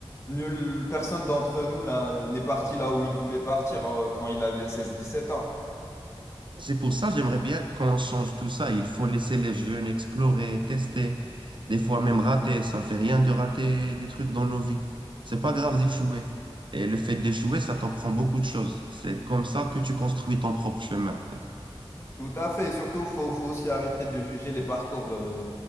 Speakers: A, on the left (about 30°); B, on the right (about 55°).
A: Nulle personne d'entre nous n'a- n'est parti là où il voulait partir euh, quand il avait seize dix sept ans.
B: C'est pour ça j'aimerais bien qu'on change tout ça. Il faut laisser les jeunes explorer, tester, des fois même rater. Ça fait rien de rater des trucs dans nos vies. C'est pas grave d'échouer. Et le fait d'échouer, ça t'apprend beaucoup de choses. C'est comme ça que tu construis ton propre chemin.
A: Tout à fait. Et surtout, faut, faut aussi arrêter de juger les parcours euh,